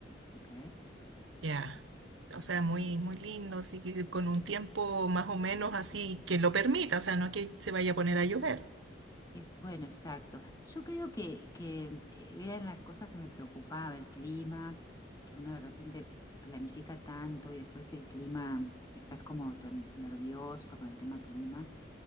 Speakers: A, on the left; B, on the right.
A: ¿ok?
B: Ya, O sea, muy, muy lindo, así que con un tiempo más o menos así que lo permita, o sea, no que se vaya a poner a llover.
A: Es bueno, exacto. Yo creo que, que eh, era una de las cosas que me preocupaba, el clima, que uno de repente planifica tanto y después el clima, estás como tan nervioso con el tema clima.